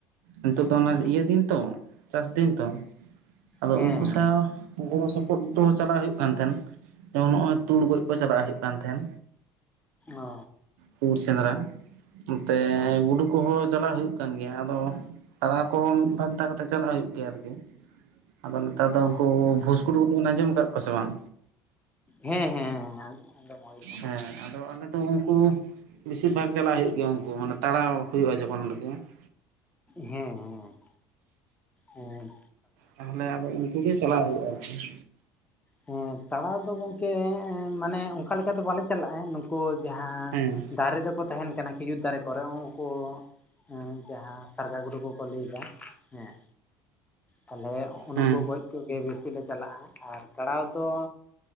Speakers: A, on the right; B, on the left.
A: ᱱᱤᱛᱚᱜ ᱫᱚ ᱚᱱᱟ
B: ᱚ
A: ᱤᱭᱟᱹ ᱫᱤᱱ ᱛᱚ ᱪᱟᱥ ᱫᱤᱱ ᱛᱚ ᱟᱫᱚ
B: ᱦᱮᱸ
A: ᱩᱝᱠᱩ
B: ᱦᱮᱸ
A: ᱥᱟᱶ
B: ᱦᱮᱸ
A: ᱜᱚᱲᱚ ᱥᱚᱯᱚᱦᱚᱫ ᱫᱚ ᱪᱟᱞᱟᱜ ᱦᱩᱭᱩᱜ ᱠᱟᱱ ᱛᱟᱦᱮᱸᱱ᱾ ᱡᱮᱢᱚᱱ ᱱᱚᱜ-ᱚᱭ ᱛᱩᱲ ᱜᱚᱡ ᱠᱚ ᱪᱟᱞᱟᱜ ᱦᱩᱭᱩᱜ ᱠᱟᱱ ᱛᱟᱦᱮᱸᱱ
B: ᱚ
A: ᱛᱩᱲ ᱥᱮᱸᱫᱽᱨᱟ ᱱᱚᱛᱮ
B: ᱦᱮᱸ
A: ᱜᱩᱰᱩ ᱠᱚᱦᱚᱸ ᱪᱟᱞᱟᱜ ᱦᱩᱭᱩᱜ ᱠᱟᱱ ᱜᱮᱭᱟ, ᱟᱫᱚ ᱛᱟᱲᱟᱣ ᱠᱚᱦᱚᱸ ᱢᱤᱫ, ᱵᱟᱨ ᱫᱷᱟᱣ ᱠᱟᱛᱮᱜ ᱪᱟᱞᱟᱜ ᱦᱩᱭᱩᱜ, ᱜᱮᱭᱟ ᱟᱨᱠᱤ ᱾ ᱟᱫᱚ ᱱᱮᱛᱟᱨ ᱫᱚ
B: ᱚ
A: ᱩᱝᱠᱩ ᱵᱷᱩᱥ ᱜᱩᱰᱩ ᱠᱚ ᱵᱤᱱ ᱟᱸᱡᱚᱢ ᱟᱠᱟᱫ ᱠᱚᱣᱟ ᱥᱮ ᱵᱟᱝ?
B: ᱦᱮᱸ ᱦᱮᱸ᱾ ᱟᱸᱡᱚᱢ ᱦᱩᱭ ᱠᱟᱱᱟ
A: ᱦᱮᱸ ᱟᱫᱚ ᱟᱞᱮᱫ ᱫᱚ ᱩᱝᱠᱩ ᱵᱮᱥᱤᱨ ᱵᱷᱟᱜ ᱪᱟᱞᱟᱜ ᱦᱩᱭᱩᱜ ᱜᱮᱭᱟ, ᱩᱱᱠᱩ ᱢᱟᱱᱮ ᱛᱟᱲᱟᱣ ᱦᱩᱭᱩᱜᱼᱟ᱾ ᱡᱚᱠᱷᱚᱱ ᱨᱮᱠᱤ ᱾
B: ᱦᱮᱸ ᱦᱮᱸ ᱮᱸ
A: ᱛᱟᱦᱚᱞᱮ ᱟᱫᱚ ᱩᱱᱠᱩ ᱜᱮ ᱪᱟᱞᱟᱜ ᱦᱩᱭᱩᱜᱼᱟ ᱟᱨᱠᱤ ᱾
B: ᱦᱮᱸ ᱛᱟᱲᱟᱣ ᱫᱚ ᱜᱚᱢᱠᱮ ᱢᱟᱱᱮ ᱚᱱᱠᱟ ᱞᱮᱠᱟ ᱫᱚ ᱵᱟᱞᱮ ᱪᱟᱞᱟᱜᱼᱟ ᱾ ᱠᱚ ᱡᱟᱦᱟᱸ
A: ᱦᱮᱸ
B: ᱫᱟᱨᱮ ᱨᱮᱠᱚ ᱛᱟᱦᱮᱱ ᱠᱟᱱᱟ᱾ ᱠᱷᱤᱡᱩᱨ ᱫᱟᱨᱮ ᱠᱚᱨᱮ ᱩᱱᱠᱩ ᱦᱮᱸ ᱡᱟᱦᱟᱸ ᱥᱟᱨᱜᱟ ᱜᱩᱰᱩ ᱠᱚᱠᱚ ᱞᱟᱹᱭ ᱮᱫᱟ ᱦᱮᱸ ᱛᱟᱦᱞᱮ ᱩᱱᱩᱱᱠᱩ
A: ᱦᱮᱸ
B: ᱜᱚᱡ ᱠᱚ ᱜᱮ ᱵᱮᱥᱤ ᱞᱮ ᱪᱟᱞᱟᱜᱼᱟ᱾ ᱟᱨ ᱛᱟᱲᱟᱣ ᱫᱚ